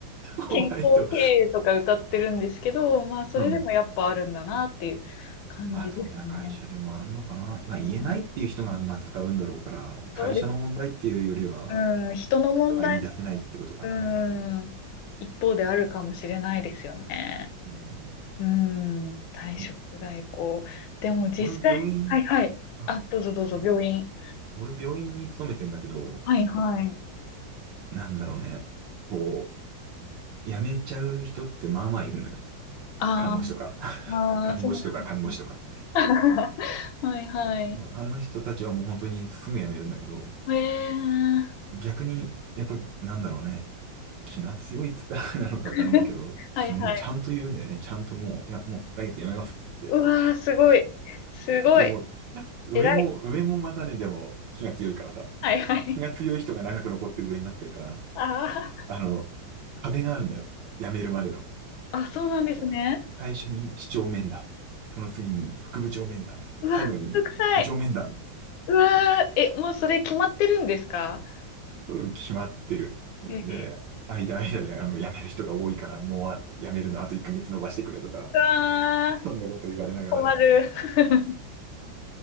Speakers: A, on the right (about 70°); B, on the left (about 85°).
A: ホワイト。
B: 健康経営とか歌ってるんですけど、まあ、それでもやっぱあるんだなっていう感じですね。
A: うん。まあ、どんな会社でもあんのかな。まあ、
B: うん
A: 言えないっていう人が、まあ、使うんだろうから、会社の問題っていうよりは、
B: そうですうん、人の問題も、
A: 人が言い出せないってことかな。
B: うん、一方であるかもしれないですよね。
A: はいうん。
B: うん、退職代行。
A: うん
B: でも実際、
A: 俺、病院、
B: はいはい。
A: あ、
B: あ、どうぞどうぞ、
A: ごめんね。
B: 病院。
A: 俺、病院に勤めてんだけど、
B: はいはい。
A: なんだろうね。こう、辞めちゃう人ってまあまあいるのよ。
B: あー
A: 看護師とか。
B: まあー、
A: <laughs> 看護師とか看護師とか。
B: そうなんですね。<laughs> はいはい。
A: あの人たちはもう本当にすぐ辞めるんだけど、
B: えー、
A: 逆に、やっぱりなんだろうね、気が強いっつったらあれ <laughs> なのかわかんないけど、
B: <laughs>
A: すごいちゃんと言うんだよね。
B: はいはい。
A: ちゃんともう、いや、もう来月辞めますっつって。
B: うわー、すごい。すごい。
A: でも、上も、
B: 偉い。
A: 上もまたね、でも気が強いからさ。
B: はいはい。
A: 気が強い人が長く残って上になってるから、
B: あ
A: あの、壁があるのよ。辞めるまでの。
B: ーあ、そうなんですね。
A: あの最初に市長面談。その次に副部長面談。
B: うわ、
A: 最後に部長面談。
B: めんどくさい。うわー、え、もうそれ決まってるんですか
A: うん決まってる。
B: え
A: で、間間であの辞める人が多いから、もうあ辞めるのあと1ヶ月延ばしてくれとか、
B: うわー、
A: そんなこと言われながら
B: 困る。<laughs>